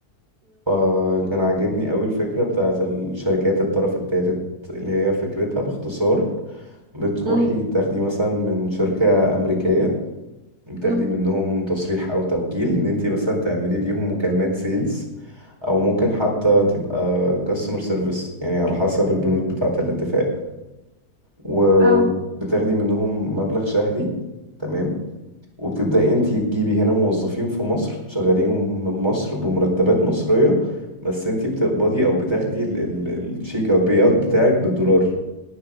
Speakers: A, on the right; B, on the right.
A: فكان عاجبني قوي الفكرة بتاعت الشركات الطرف الثالث اللي هي فكرتها باختصار بتروحي
B: مم.
A: تاخدي مثلا من شركة أمريكية بتاخدي
B: مم.
A: منهم تصريح أو توكيل إن أنت مثلا تعملي ليهم مكالمات سيلز أو ممكن حتى تبقى كاستمر سيرفيس يعني على حسب البنود بتاعة الاتفاق وبتاخدي
B: أو
A: منهم مبلغ شهري تمام وبتبدأي انت تجيبي هنا موظفين في مصر تشغليهم من مصر بمرتبات مصرية بس انت بتقبضي او بتاخدي ال- ال- التشيك او البي اوت بتاعك بالدولار